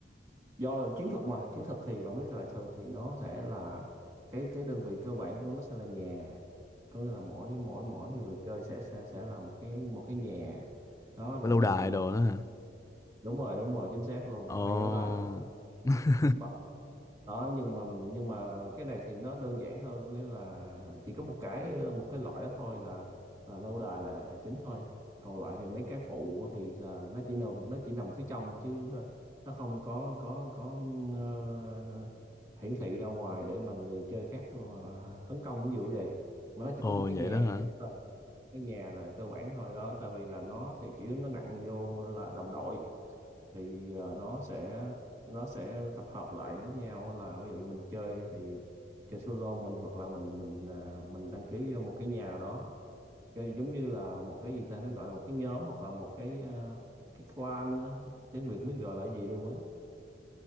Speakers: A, on the right; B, on the left.
A: do chiến thuật mà chiến thuật thì bạn biết rồi thường thì nó sẽ là cái cái đơn vị cơ bản của nó sẽ là nhà có nghĩa là mỗi mỗi mỗi người chơi sẽ sẽ sẽ là một cái một cái nhà đó rồi
B: lâu đài đồ đó hả
A: đúng rồi đúng rồi chính xác luôn
B: ồ
A: hay quá ta
B: <laughs>
A: Đúng bảo đó nhưng mà nhưng mà cái này thì nó đơn giản hơn có nghĩa là chỉ có một cái một cái loại đó thôi là, là lâu đài là chính thôi còn lại thì mấy cái phụ thì là nó chỉ nằm nó chỉ nằm phía trong chứ ờ, nó không có có có ờ, hiển thị ra ngoài để mà người chơi khác ờ, tấn công ví dụ vậy mà nó chỉ
B: ồ
A: có một cái
B: vậy
A: nhà
B: đó hả
A: chính thôi cái nhà là cơ bản thôi đó tại vì là nó thì chủ yếu nó nặng vô là đồng đội thì ờ, nó sẽ nó sẽ tập hợp lại với nhau là ví dụ như mình chơi thì chơi solo mình hoặc là mình mình à, mình đăng ký vô một cái nhà nào đó chơi giống như là một cái gì ta nó gọi là một cái nhóm hoặc là một cái à, cái clan á. tiếng Việt mới gọi là cái gì luôn á